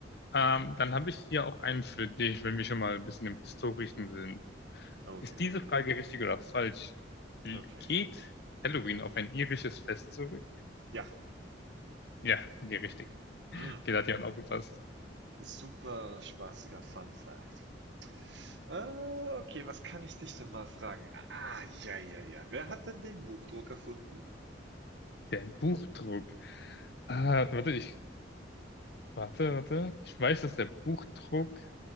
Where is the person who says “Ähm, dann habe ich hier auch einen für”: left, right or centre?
Left